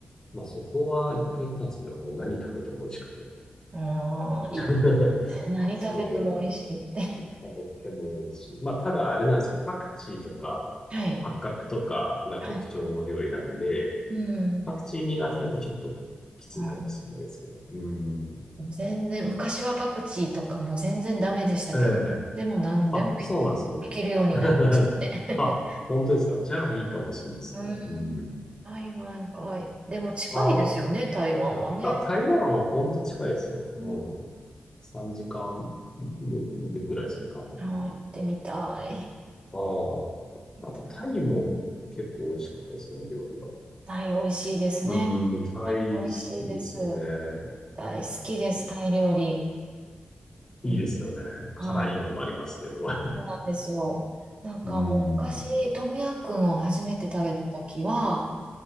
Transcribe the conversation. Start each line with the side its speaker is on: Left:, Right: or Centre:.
Left: まあそこは一回行ったんですけど、もう何食べても美味しくて。
Right: ーん、
Left: <laughs>
Right: いいですね。何食べても美味しいって。
Left: そう。何食べても美味しい。まあただあれなんですよ。パクチーとか、
Right: <laughs> はい。
Left: 八角とかが特徴の料理なんで、
Right: はい。うん。う
Left: パクチー苦手だとちょっときついかもしれないですけど。
Right: ー
Left: うん。
Right: ん全然、昔はパクチーとかも全然ダメでしたけど、
Left: ええ
Right: でも何でも
Left: あ、そうなんですね。
Right: いけるようになりましたね。
Left: <laughs> あ、本当ですか。じゃあいいかもしれないですね。
Right: <laughs> うん、
Left: うん。
Right: 台湾かい。でも近いですよね、
Left: あー、
Right: 台湾はね。
Left: あ、台湾は本当近いですよ。うん。
Right: うん、
Left: 3時間でぐらいですね、多分。
Right: あー、
Left: うん
Right: 行ってみたい。
Left: ああ、
Right: みたい。
Left: あとタイも結構美味しかったですけど、料理は。
Right: タイ美味しいですね。
Left: うん、タイ好きですよね。
Right: タイ美味しいです。大好きです、
Left: で
Right: タイ料理。
Left: いいですよね。
Right: うん、
Left: 辛いのもありますけど。
Right: はい、そうなんですよ。なんかもう昔、
Left: <laughs> うん。
Right: トムヤンクンを初めて食べた時は、